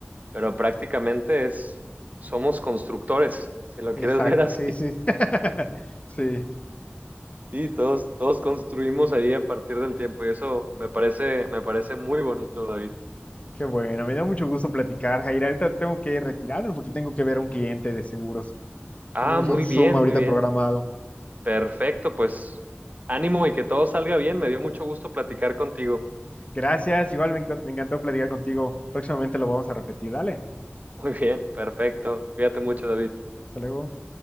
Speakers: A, on the right; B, on the left.
A: pero prácticamente es, somos constructores, si lo
B: Exacto,
A: quieres ver así.
B: sí, sí. <laughs> Sí,
A: Sí, todos, todos construimos ahí a partir del tiempo y eso me parece, me parece muy bonito, David.
B: qué bueno. Me da mucho gusto platicar, Jair. Ahorita tengo que retirarme porque tengo que ver a un cliente de seguros.
A: Ah,
B: Tenemos
A: muy
B: un Zoom
A: bien,
B: ahorita
A: muy bien.
B: programado.
A: Perfecto, pues ánimo y que todo salga bien. Me dio mucho gusto platicar contigo.
B: Gracias, igual me encon- me encantó platicar contigo. Próximamente lo vamos a repetir. Dale,
A: <laughs> Muy bien, perfecto. Cuídate mucho, David.
B: hasta luego.